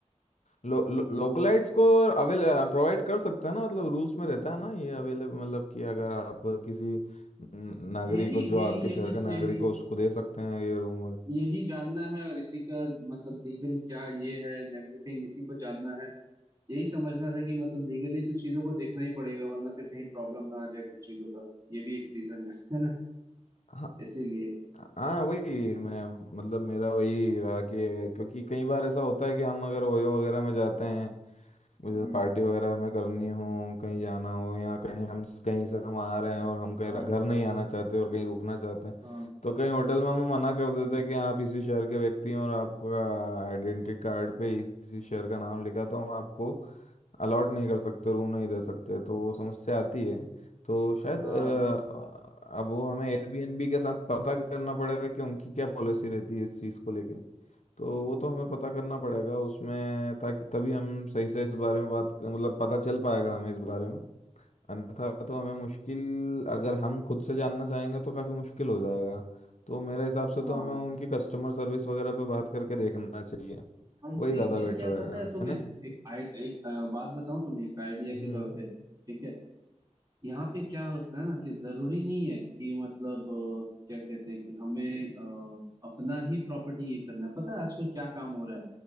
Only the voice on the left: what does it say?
लो, लो, लोकलाइट्स को अवेल प्रोवाइड कर सकते हैं ना मतलब रूल्स में रहता है ना ये अवेलेबल मतलब कि अगर आप किसी न- नागरिक
को जो
आपके
शहर का नागरिक
हो उसको दे सकते हैं ये रूम
हाँ
हाँ वही मैं मतलब मेरा वही रहा कि क्योंकि कई बार ऐसा होता है कि हम अगर ओयो वगैरह में जाते हैं मुझे
पार्टी वगैरह हमें करनी हो कहीं जाना हो या कहीं हम कहीं से हम आ रहे हैं और हम कहीं
घर
नहीं आना चाहते और कहीं रुकना चाहते हैं
तो कहीं होटल में हम मना कर देते हैं कि आप इसी शहर के व्यक्ति हैं और आपका आइडेंटिटी कार्ड पे इसी शहर का नाम लिखा है, तो हम आपको अलॉट नहीं कर सकते रूम नहीं दे सकते तो वो समस्या आती है तो शायद
अ, अब वो हमें एयरबीएनबी के साथ पता करना पड़ेगा कि उनकी क्या पॉलिसी रहती है इस चीज़ को लेके तो वो तो हमें पता करना पड़ेगा उसमें ताकि तभी हम सही से इस बारे में बात कर- मतलब पता चल पाएगा हमें इस बारे में अन्यथा तो हमें मुश्किल अगर हम खुद से जानना चाहेंगे तो काफ़ी मुश्किल हो जाएगा तो मेरे हिसाब से
तो हमें उनकी कस्टमर सर्विस वगैरह पे बात करके देखना चाहिए
वही
ज़्यादा
बेटर
रहेगा
है ना
हम्म